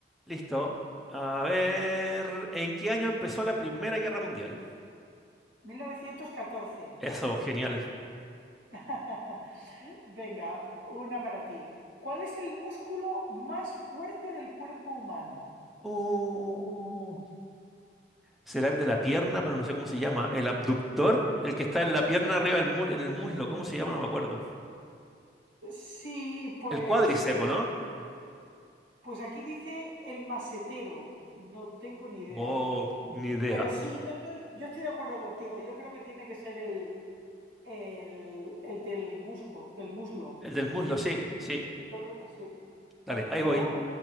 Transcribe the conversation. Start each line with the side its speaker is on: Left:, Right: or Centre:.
Centre: Listo. A ver. ¿En qué año empezó la Primera Guerra Mundial?
Right: 1914.
Centre: Eso, genial.
Right: <laughs> Venga, una para ti. ¿Cuál es el músculo más fuerte del cuerpo humano?
Centre: Oh, será el de la pierna, pero no sé cómo se llama. ¿El abductor? El que está en la pierna arriba del muslo, en el muslo. ¿Cómo se llama? No me acuerdo.
Right: Sí, pues,
Centre: El cuádriceps,
Right: eh,
Centre: ¿no?
Right: pues aquí dice el masetero. No tengo ni idea.
Centre: Oh, ni idea.
Right: Pero sí, yo estoy, yo estoy de acuerdo contigo. Yo creo que tiene que ser el, el, el del musco, el muslo.
Centre: El del muslo,
Right: Sí,
Centre: sí, sí.
Right: yo creo que sí.
Centre: Dale,
Right: Eh,
Centre: ahí
Right: pero
Centre: voy.
Right: bueno,